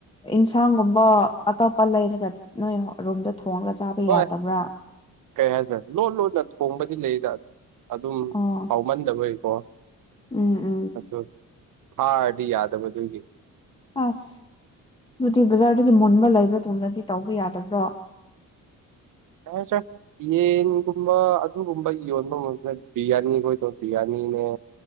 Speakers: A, on the left; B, on the right.
A: ꯏꯟꯁꯥꯡꯒꯨꯝꯕ ꯑꯇꯣꯞꯄ ꯂꯩꯔꯒ ꯅꯣꯏ ꯔꯨꯝꯗ ꯊꯣꯡꯔꯒ ꯆꯥ ꯕ
B: ꯍꯣꯏ
A: ꯌꯥꯗꯕ꯭ꯔꯥ
B: ꯀꯩ ꯍꯥꯏꯁꯤꯔꯥ ꯂꯣꯟ ꯂꯣꯟꯅ ꯊꯣꯡꯕꯗꯤ ꯂꯩꯗ ꯑꯗꯨꯝ
A: ꯑꯣ
B: ꯍꯥꯎꯃꯟꯗꯕꯩꯀꯣ꯫
A: ꯎꯝ ꯎ
B: ꯑꯗꯨ ꯐꯥꯔꯗꯤ ꯌꯥꯗꯕ ꯑꯗꯨꯒꯤ꯫
A: ꯑꯁ ꯗꯨꯗꯤ ꯕꯖꯥꯔꯗꯒꯤ ꯃꯨꯟꯕ ꯂꯩꯕ ꯇꯨꯡꯗꯗꯤ ꯇꯧꯕ ꯌꯥꯗꯕ꯭ꯔꯣ꯫
B: ꯌꯥꯔꯦ ꯆꯦ ꯌꯦꯟꯒꯨꯝꯕ ꯑꯗꯨꯒꯨꯝꯕ ꯌꯣꯟꯕ ꯃꯛ ꯕꯤꯔꯌꯥꯅꯤꯈꯣꯏ ꯗꯣ ꯕꯤꯔꯌꯥꯅꯤꯅꯦ꯫